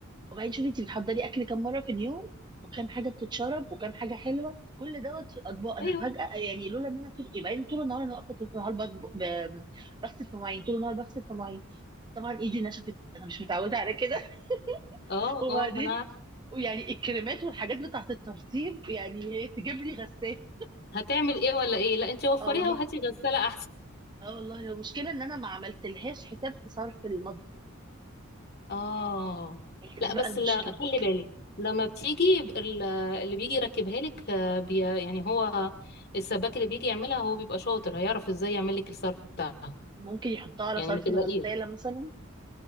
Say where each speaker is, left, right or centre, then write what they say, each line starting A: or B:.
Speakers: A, on the right; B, on the left.
A: وبعدين شوفي انت بتحضري اكل كام مره في اليوم وكام حاجه بتتشرب وكام حاجه حلوه كل دوت في الاطباق انا
B: ايوه
A: فجاه يعني لولا ان انا طول يبقى طول النهار انا واقفه طول النهار بطبخ- ب- بغسل في مواعين طول النهار بغسل في مواعين طبعا ايدي نشفت انا مش متعوده على كده <laughs>
B: اه
A: وبعدين
B: اه ما انا
A: ويعني الكريمات والحاجات بتاعت الترطيب يعني هي تجيب لي غسالة
B: هتعمل ايه ولا ايه لا انت وفريها
A: اه والله
B: وهاتي غسالة احسن
A: اه والله هي المشكله ان انا ما عملتلهاش حساب في صرف المطبخ
B: اه
A: هي
B: لا
A: دي بقى
B: بس
A: المشكله
B: لا خلي بالك لما بتيجي ب- ال- اللي بيجي يركبها لك آه، بي يعني هو السباك اللي بيجي يعملها هو بيبقى شاطر هيعرف ازاي يعمل لك الصرف بتاعها
A: ممكن يحطها على
B: يعني
A: صرف
B: ما تلاقيه
A: الغساله مثلا